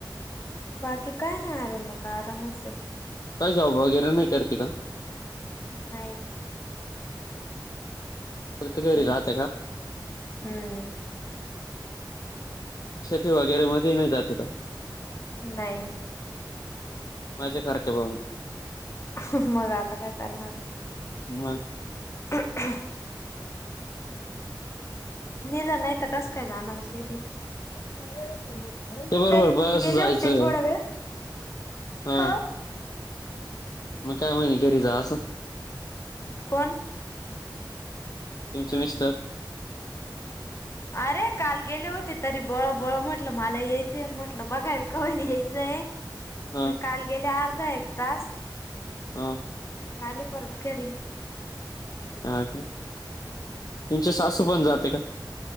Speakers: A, on the left; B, on the left.
A: बाकी काय नाही आरे मग आरामच आहे.
B: काय जॉब वगैरे नाही करती का?
A: नाही.
B: फक्त घरी
A: घरीच
B: राहता का?
A: हम्म
B: शेती वगैरे मध्ये नाही जातं का?
A: नाही.
B: मजा करते बा मग.
A: <unintelligible> मग आता काय करणार आहे.
B: मग
A: <unintelligible> नेलं नाही तर कसं काय जाणार शेतीत.
B: <unintelligible> ते बरोबर
A: तरी
B: बस
A: गेले
B: जायचं.
A: होते थोडा वेळ
B: हा.
A: हो
B: मग काय म्हणे घरी रहा आसच.?
A: कोण
B: तुमचे मिस्टर
A: अरे काल गेले होते, तरी बळ-बळ म्हटलं मला यायचंय म्हटलं बघायला का होईना यायचंय.
B: हा
A: मग काल गेले अर्धा एक तास.
B: हा.
A: मग आले परत घरी.
B: अच्छ.. तुमची
A: हम्म
B: सासू पण जाते का?